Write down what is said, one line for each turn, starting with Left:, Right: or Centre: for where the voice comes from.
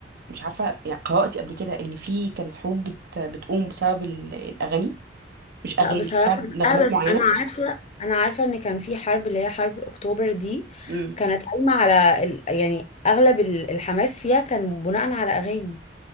Right: مش عارفة يعني قرأتي قبل كده إن في كانت حروب بت... بتقوم بسبب ال- الأغاني مش
Left: لا
Right: اغاني
Left: بصراحه
Right: مش بسبب نغمات
Left: لا بس
Right: معينه
Left: انا عارفه انا عارفه ان كان في حرب اللي هي حرب اكتوبر دي
Right: امم
Left: كانت قايمه على ال... يعني اغلب ال- الحماس فيها كان بناء على اغاني